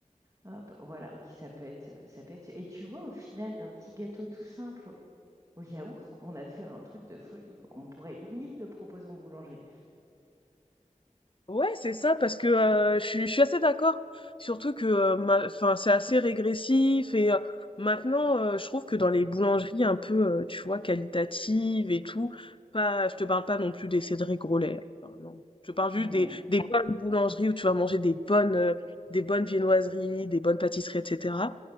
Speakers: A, on the right; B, on the left.
A: Hop, voilà, oui, ça peut être, ça peut être. Et tu vois, au final, d'un petit gâteau tout simple. Au yaourt, on a fait un truc de folie, quoi. On pourrait limite le proposer en boulangerie.
B: Ouais, c'est ça, parce que euh, je suis, je suis assez d'accord. Surtout que euh, ma- enfin, c'est assez régressif et euh, maintenant, euh, je trouve que dans les boulangeries un peu, euh, tu vois, qualitatives et tout, pas, je te parle pas non plus des Cédric Grolet. hein, enfin, non. Je te parle juste
A: Mm,
B: des, des bonnes boulangeries où tu vas manger des bonnes, euh, des bonnes viennoiseries, des bonnes pâtisseries, etc.